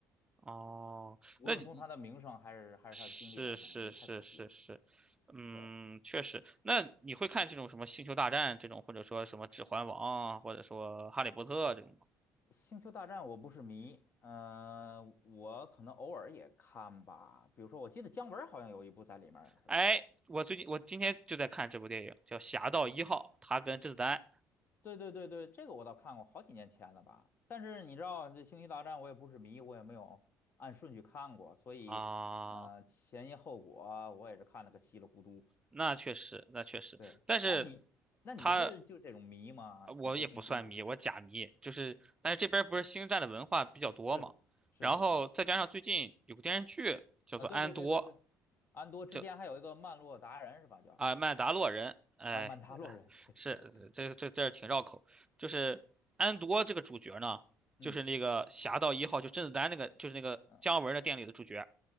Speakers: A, on the right; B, on the left.
A: 哦，
B: 无论从他的名声还是还是他的经历来讲，
A: 那你是是是是是，
B: 我觉得太可惜了。
A: 嗯，
B: 对，
A: 确实。那你会看这种什么《星球大战》这种，或者说什么《指环王》啊，或者说《哈利波特》这种吗？
B: 《星球大战》我不是迷，嗯、我可能偶尔也看吧。比如说，我记得姜文好像有一部在里面儿是吧？
A: 哎，我最近我今天就在看这部电影，叫《侠盗一号》，他跟甄子丹
B: 对对对对，这个我倒看过，好几年前了吧。但是你知道，这《星球大战》我也不是迷，我也没有按顺序看过，所以呃，
A: 啊，
B: 前因后果啊我也是看了个稀里糊涂。
A: 那确实，那确实，
B: 对，
A: 但是
B: 啊你，那你是就这种迷吗？
A: 他我也不算迷，
B: 你会从第一部开始？
A: 我假迷，就是但是这边儿不是星战的文化比较多嘛，
B: 是是是是
A: 然后再加上最近有个电视剧叫做《安多》，
B: 啊，对对对对对，安多之前还有一个曼洛达人是吧？
A: 就
B: 叫
A: 啊《曼达洛人》，哎，
B: 啊曼达洛人，<laughs> 对对，
A: 是这这这挺绕口，就是安多这个主角呢，
B: 嗯
A: 就是那个《侠盗一号》，就甄子丹那个，就是那个姜文的电影里的主角。
B: 嗯